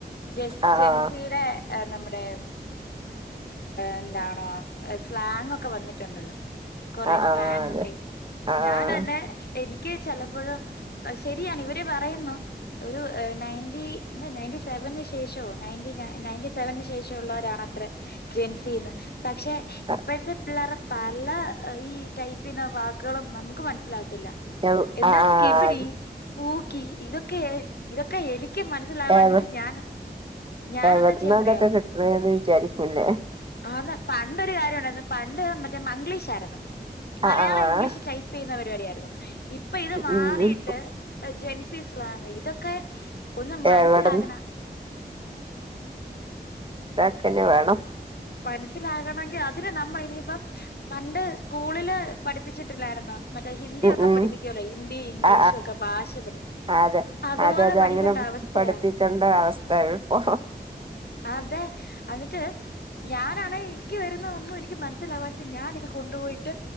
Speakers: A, on the left; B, on the right.
A: ജെ
B: ആഹ്
A: ജെൻസിടെ നമ്മുടെ എന്താണോ സ്ലാങ് ഒക്കെ വന്നിട്ടുണ്ടല്ലോ കൊറെ
B: ആഹ്
A: സ്ലാങ് ഒക്കെ
B: ആഹ്
A: ഞാൻ എന്നെ എനിക്ക് ചിലപ്പോഴും ശരിയാണ് ഇവര് പറയുന്നു ഒരു നയന്റി നയന്റി സെവന്ന് ശേഷോ നയന്റിൻ നയന്റി സെവന്ന് ശേഷം ഉള്ളവരാണത്ര ജെൻസിന്ന് പക്ഷെ
B: അതെ
A: ഇപ്പോഴത്തെ പിള്ളേർ പല ഈ ടൈപ്പിൻ വാക്ക് മക്കളും നമുക്ക് മനസിലാവത്തില്ല
B: ആഹ്
A: എന്താ
B: ആഹ്
A: സ്‌കിബിടി
B: ആഹ്
A: പൂക്കി ഇതൊക്കെ ഇതൊക്കെ എനിക്ക് മനസ്സിലവാഞ്ഞിട്ട്
B: എവി
A: ഞാൻ ഞാനെന്താ
B: എവിടന്നാ
A: ചെയ്യാന്നറിയോ
B: ഇതൊക്കെ കിട്ടണേന്ന് വിചാരിക്കൂല്ലേ
A: ആന്ന് പണ്ടൊരു കാര്യം ഉണ്ടായിരുന്നു പണ്ട് മറ്റേ മഗ്ലീഷ് ശരണം മലയാളം
B: ആഹ് ആഹ്
A: ഇംഗ്ലീഷ് ടൈപ്പ് ചെയ്യുന്ന പരിപാടിയായിരുന്നു ഇപ്പൊ ഇത് മാറിട്ട്
B: ഉം
A: ജെൻസി സ്ലാങ്ങ് ഇതൊക്കെ ഒന്ന് മനസ്സിലാക്കണ
B: എവിടന്ന് ക്കന്നെ വേണം
A: മനസ്സിലാകണങ്കിൽ അത് തി നമ്മ ഇനി ഇപ്പം പണ്ട് സ്കൂളിൽ പഠിപ്പിച്ചിട്ടില്ലായിരുന്നോ മറ്റേ ഹിന്ദിയൊക്കെ
B: ഉം ഉം
A: പഠിപ്പിക്കൊല്ലോ ഹിന്ദി ഇംഗ്ലീഷും
B: ആ
A: ഒക്കെ ഭാഷ പഠിപ്പ
B: ആ അതെ
A: അതുപോലെ
B: അതെ അതെ
A: പഠിക്കണ്ട
B: അങ്ങനെ
A: അവസ്ഥയാ
B: പഠിപ്പിക്കേണ്ട അവസ്ഥ ഇപ്പോ
A: അതെ അന്നിട്ട് ഞാനാണെ എനിക്ക് വരുന്ന ഒന്നും എനിക്ക് മനസ്സിലാവാഞ്ഞിട്ട് ഞാന് ഇത് കൊണ്ടുപോയിട്ട്